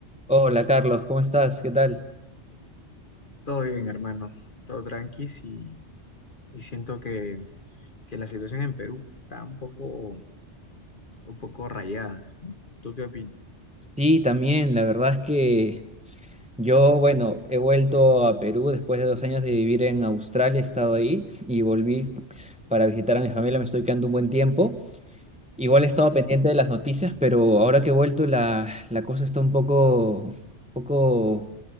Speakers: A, in the centre; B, on the left (about 45°).
A: Hola Carlos, ¿cómo estás? ¿Qué tal?
B: Todo bien, hermano, todo tranqui y, y siento que, que la situación en Perú está un poco, un poco rayada, ¿no? ¿Tú qué opinas?
A: Sí, también, la verdad es que yo, bueno, he vuelto a Perú después de dos años de vivir en Australia, he estado ahí y volví para visitar a mi familia, me estoy quedando un buen tiempo. Igual he estado pendiente de las noticias, pero ahora que he vuelto la, la cosa está un poco, poco,